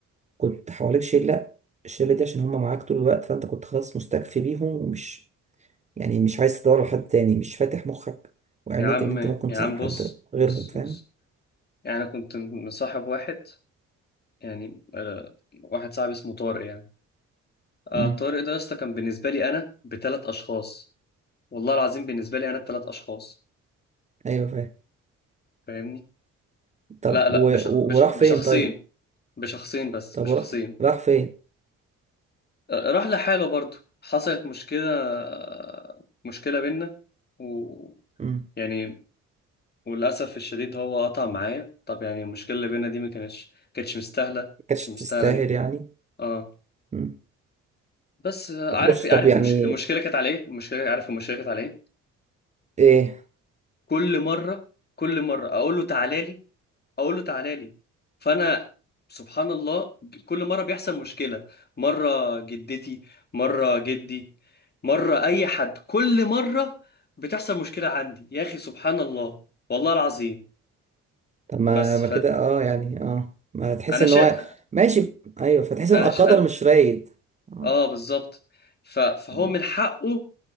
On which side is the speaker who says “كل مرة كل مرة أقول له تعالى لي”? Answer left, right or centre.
Left